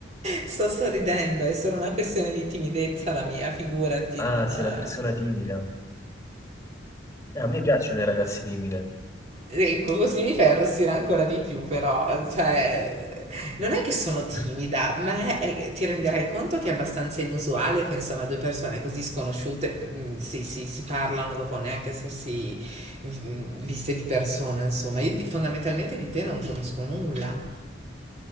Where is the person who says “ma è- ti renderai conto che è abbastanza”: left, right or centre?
Right